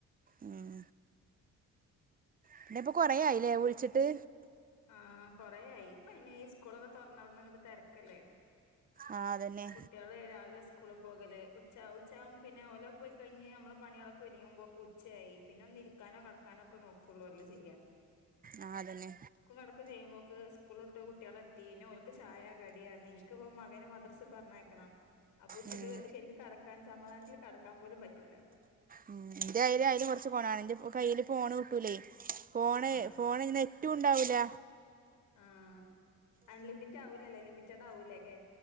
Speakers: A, on the right; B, on the left.
A: ഉം പിന്നെ ഇപ്പൊ കൊറയായില്ലേ വിളിച്ചിട്ട്
B: ആ കൊറേയായി ഇപ്പൊ ഇനി ഈ സ്കൂളൊക്കെ തുറന്ന് അവിടുന്ന് തിരക്കല്ലേ
A: ആ അതന്നെ
B: കുട്ടികള് രാവിലെ സ്കൂളി പോകലേ ഉച്ച ഉച്ചാവും പിന്നെഓല പോയി കഴിഞ്ഞ് നമ്മെ പണികൊക്കെ ഒരുങ്ങുമ്പോക്കെ ഉച്ചയായി പിന്നെ ഒന്ന് ഇരി നക്കാനോ കടക്കാനോ ഒക്കെ നോക്കുള്ളൂ അല്ലേ ചെയ്യാ
A: ആ അതന്നെ
B: കടക്ക ചെയുമ്പോക്ക് സ്കൂളിട്ട് കുട്ടികളെ തീന ഓൾക്ക് ചായ കടിയായിന്ന് എനിക്കിപ്പ മകന് മദ്ര പറഞ്ഞേക്കണം അപ്പൊ ഉച്ചക്ക്
A: ഉം
B: ശെരിക്കും കടക്കാൻ സമാധാനത്തി കടക്കാൻ പോലും പറ്റൂല
A: ഉ എന്റെ കയ്ൽ ആയാലും കുറച്ച് കോണാണ് എന്റെ കയ്യിൽ ഫോണ് കിട്ടൂലേ ഫോണ്
B: ആഹ്
A: ഫോണ് ഇങ്ങാനെ നെറ്റും ഉണ്ടാവില്ല
B: ആ അൺലിമിറ്റഡ് ആവലല്ലേ ലിമിറ്റഡ് ആവൂലേ കെ